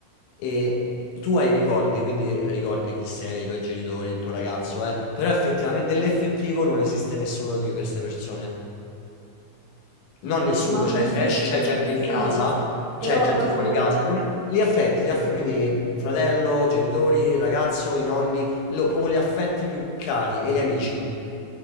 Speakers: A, on the left; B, on the right.
A: E tu hai ricordi, quindi ricordi chi sei, i tuoi genitori, il tuo ragazzo, eh? Però effettivamente, nell'effettivo non esiste nessuno di queste persone.
B: Brutto,
A: Non nessuno,
B: ma non
A: cioè
B: esistono.
A: se esci c'è gente
B: Sì,
A: in casa,
B: però
A: c'è gente
B: proprio.
A: fuori casa, non è- gli affetti,
B: Ok.
A: gli affetti, quindi mm, fratello, genitori, ragazzo, i nonni, lo- proprio gli affetti più cari e gli amici.